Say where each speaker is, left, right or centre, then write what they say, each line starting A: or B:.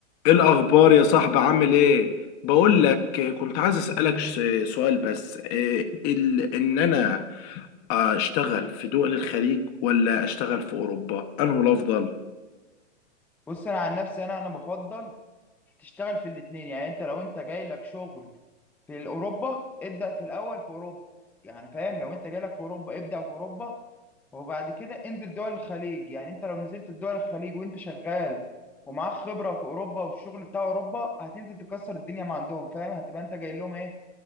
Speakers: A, on the left; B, in the centre.
A: ايه الاخبار يا صاحبي عامل ايه بقول لك كنت عايز اسالك ش- سؤال بس إيه ال... ان انا اشتغل في دول الخليج ولا اشتغل في اوروبا انه الافضل
B: بص انا عن نفسي انا انا بفضل تشتغل في الاثنين يعني انت لو انت جاي لك شغل في اوروبا ابدا في الاول في اوروبا يعني فاهم لو انت جاي لك في اوروبا ابدا في اوروبا وبعد كده انزل دول الخليج يعني انت لو نزلت في دول الخليج وانت شغال ومعاك خبره في اوروبا والشغل بتاع اوروبا هتنزل تكسر الدنيا ما عندهم فاهم هتبقى انت جاي لهم ايه